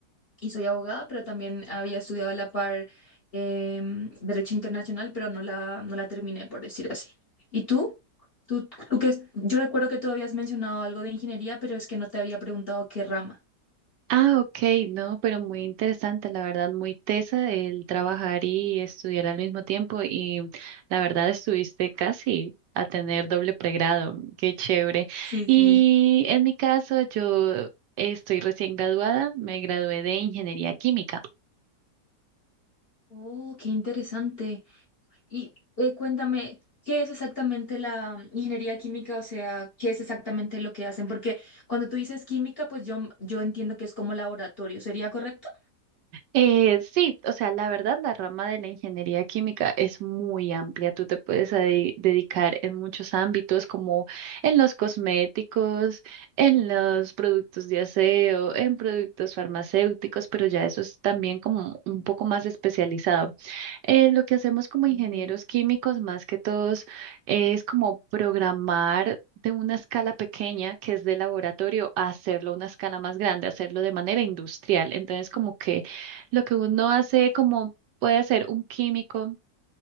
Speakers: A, on the left; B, on the right.
A: y soy abogada, pero también había estudiado a la par em, Derecho Internacional, pero no la, no la terminé, por decir así. ¿Y tú? ¿Tú, tú qué- yo recuerdo que tú habías mencionado algo de ingeniería, pero es que no te había preguntado qué rama.
B: Ah, ok, no, pero muy interesante, la verdad, muy tesa el trabajar y estudiar al mismo tiempo y la verdad estuviste casi a tener doble pregrado, qué chévere.
A: Sí,
B: Y
A: sí.
B: en mi caso, yo estoy recién graduada, me gradué de ingeniería química.
A: Oh, qué interesante. Y eh, cuéntame, ¿qué es exactamente la ingeniería química? O sea, ¿qué es exactamente lo que hacen? Porque cuando tú dices química, pues yo, yo entiendo que es como laboratorio, ¿sería correcto?
B: Eh, sí, o sea, la verdad, la rama de la ingeniería química es muy amplia. Tú te puedes adi- dedicar en muchos ámbitos, como en los cosméticos, en los productos de aseo, en productos farmacéuticos, pero ya eso es también como un poco más especializado. Eh, lo que hacemos como
A: Oh.
B: ingenieros químicos, más que todos, es como programar de una escala pequeña, que es de laboratorio, a hacerlo a una escala más grande, hacerlo de manera industrial. Entonces, como que lo que uno hace como puede hacer un químico,